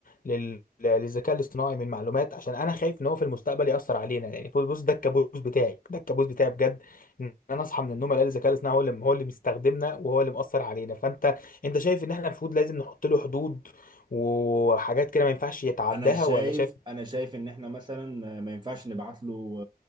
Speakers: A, on the left; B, on the right.
A: لل... للذكاء الاصطناعي من معلومات عشان انا خايف ان هو في المستقبل ياثر علينا يعني بص بص ده الكابوس بتاعي ده الكابوس بتاعي بجد ان انا اصحى من النوم الاقي الذكاء الاصطناعي هو اللي هو اللي مستخدمنا وهو اللي مأثر علينا فانت انت شايف ان احنا المفروض لازم نحط له حدود وحاجات كده ما ينفعش يتعداها
B: انا شايف
A: ولا شايف
B: انا شايف ان احنا مثلا ما ينفعش نبعت له